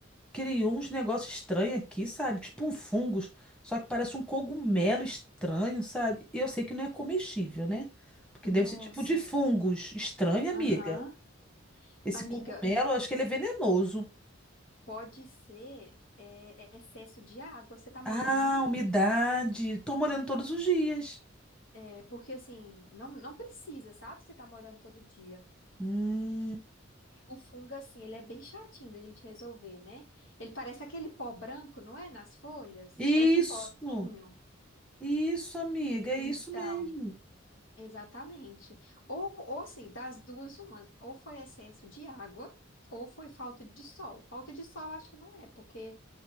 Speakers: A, in the centre; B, on the left.
A: criou uns negócios estranhos aqui, sabe? Tipo um fungos, só que parece um cogumelo estranho, sabe? E eu sei que não é comestível, né? Porque
B: Nossa.
A: deve ser tipo de fungos. Estranho, amiga.
B: Aham.
A: Esse
B: Amiga,
A: cogumelo, eu acho que ele é venenoso.
B: pode ser é, é excesso de água, você tá
A: Ah,
B: molhando muito.
A: umidade. Tô molhando todos os dias.
B: É, porque assim, não, não precisa, sabe? Você tá molhando todo dia.
A: Hum.
B: O fungo, assim, ele é bem chatinho da gente resolver, né? Ele parece aquele pó branco, não é? Nas folhas?
A: Isso,
B: Parece um pozinho.
A: isso, amiga, é
B: Então.
A: isso mesmo.
B: Exatamente. Ou, ou assim, das duas, uma, ou foi excesso de água, ou foi falta de sol. Falta de sol acho que não é, porque